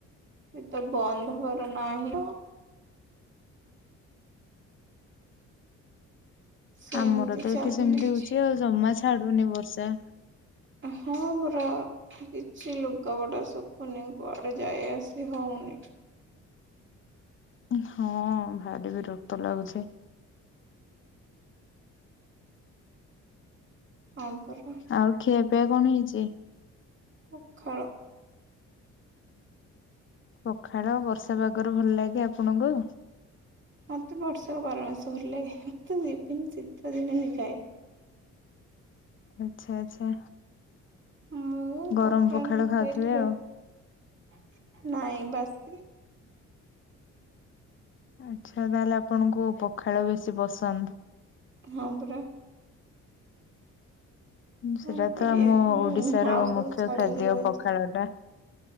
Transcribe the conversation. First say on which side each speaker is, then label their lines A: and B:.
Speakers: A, on the right (about 40°); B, on the left (about 40°).
A: ଏତ ବନ୍ଦ ହବାର ନାହିଁ ଆଉ। ସେମିତି
B: ଆମର ତ
A: ଚାଲିଛି
B: ଏଠି ସେମିତି ହଉଚି ଆଉ ଜମା ଛାଡୁନି ବର୍ଷା।
A: ହଁ ପରା କିଛି ଲୁଗା ବଟା ସୁ କୁନି କୁଆଡେ ଯାଇ ଆସି ହଉନି।
B: ହଁ ଭାରି ବିରକ୍ତ ଲାଗୁଚି।
A: ହଁ ପରା
B: ଆଉ ଖିଆ ପିଆ କଣ ହେଇଚି।
A: ପଖାଳ।
B: ପଖାଳ ବର୍ଷା ପାଗରେ ଭଲ ଲାଗେ ଆପଣଙ୍କୁ।
A: ମୋତେ ବର୍ଷକ ବାରମାସି ଭଲ ଲାଗ ମୁଁ ତ ଇଭିନ୍ ଶୀତ ଦିନ ବି ଖାଏ।
B: ଆଛା ଆଚ୍ଛା।
A: ଆଉ
B: ଗରମ
A: ପଖାଳ
B: ଖାଉଥିବେ
A: ଖାଇଲି ରହି
B: ଆଉ।
A: ନାଇଁ ବାସି।
B: ଆଚ୍ଛା ତାହେଲେ ଆପଣଙ୍କୁ ପଖାଳ ବେଶୀ ପସନ୍ଦ।
A: ହଁ ପରା।
B: ସେଟା
A: କଣ
B: ତ
A: କରିବା
B: ଆମ
A: ମୁଁ
B: ଓଡିଶାର
A: ଆଉ ସବୁ
B: ମୁଖ୍ୟ
A: ଛାଡ଼ିକି
B: ଖାଦ୍ୟ
A: ରହିଚି।
B: ପଖାଳ ଟା।